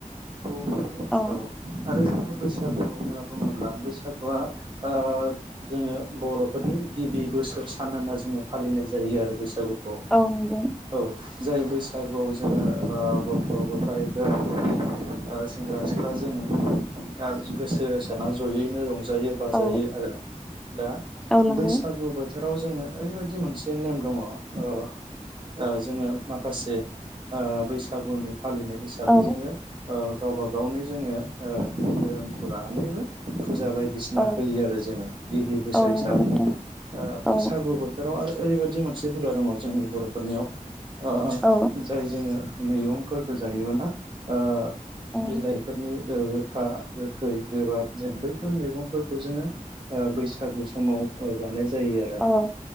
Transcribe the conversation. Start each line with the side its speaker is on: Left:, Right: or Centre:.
Right: मोनथिखागौ
Centre: औ
Right: आरो जोङो बैसागु होनना बुङोब्ला बैसागुआ ओ जोङो बर'फोरनि गिबि बोसोर सान होनना जोङो फालिनाय जायो आरो बैसागुखौ।
Centre: औ नंगौ
Right: औ जाय बैसागुआव जोङो गथ' गथाय <inaudible> ओ सेंग्रा सिख्ला जों ओ गोसो होसारना जयैनो रं जायो बायो
Centre: औ
Right: आरो दा
Centre: औ नंगौ
Right: बैसागु बो बोथोराव जोङो ओरैबायदि मोनसे नेम दङ। ओ ओ जोङो माखासे ओ बैसागुनि फालिनाय हि हिसाबै
Centre: औ
Right: जोङो ओ-गावबा गावनो जोङो ओ-धोरोमखौ लानानैबो फुजा बाय दिसिना
Centre: औ
Right: होयो आरो जोङो गिबि बोसोर
Centre: औ नंगौ
Right: हिसाबै।
Centre: नोंथां
Right: बैसागु
Centre: औ
Right: बोथोराव आरो ओरैबायदि मोनसे हुदा दङ जोंनि बरफोरनियाव। ओ-जाय
Centre: औ
Right: जोङो मैगंफोरखौ जायो ना ओ
Centre: औ
Right: बिलाइफोरनि गोखा गोखै गोबाब जों बैफोर मैगं। फोरखौ जोङो ओ-बैसागु समाव ओ-जा जायो आरो
Centre: औ